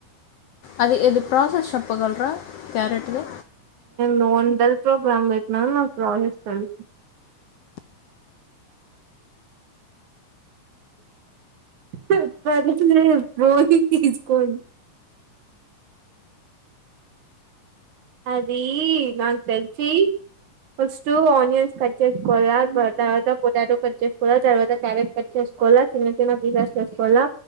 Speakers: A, on the left (about 75°); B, on the right (about 65°).
A: అది ఇది ప్రాసెస్ చెప్పగలరా క్యారెట్ది
B: నోండల్ ప్రోగ్రామ్ నా ప్రోసెస్ చ ప పో తీజకో అది నాకు తెలిసి ఫస్ట్ ఆనియన్స్ కట్ చేసుకోవాలా తర్వాత పొటాటో కట్ చేసుకోవాలా తర్వాత క్యారెట్ కట్ చేసుకోవాలా చిన్న చిన్న పీసెస్ వేసుకోవాలా